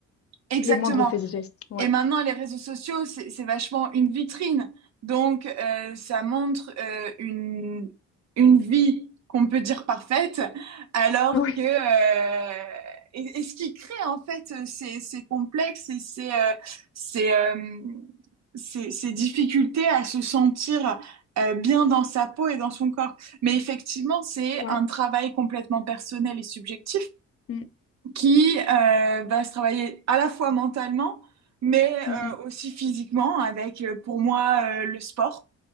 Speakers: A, on the right (about 60°); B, on the left (about 50°).
A: Exactement.
B: Les moindres faits et gestes. Ouais.
A: Et maintenant, les réseaux sociaux, c'est c'est vachement une vitrine. Donc, euh, ça montre euh, une, une vie qu'on peut dire parfaite, alors
B: Ouais.
A: que... euh, et, et ce qui crée, en fait, euh, ces, ces complexes et ces, euh, ces, euh, ces, ces difficultés à se sentir euh, bien dans sa peau et dans son corps. Mais effectivement, c'est
B: Ouais.
A: un travail complètement personnel et subjectif
B: Mm,
A: qui euh, va se travailler à la fois mentalement, mais euh,
B: mm, mm.
A: aussi physiquement avec, euh, pour moi, euh, le sport.